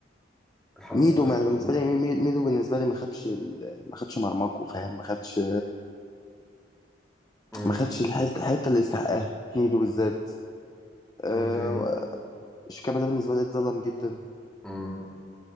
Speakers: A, in the centre; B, on the left.
A: الحظ
B: ميدو
A: ما خ-
B: ما-
A: ما
B: بالنسبه
A: خدهمش
B: لي مي- ميدو بالنسبه لي ما خدش ال- ما خدش مرماكو فاهم ما خدش
A: امم
B: ما خدش الحته الحته اللي يستحقها هيدو بالذات آه
A: ومين تاني
B: شيكابالا ده بالنسبه لي اتظلم جدا
A: امم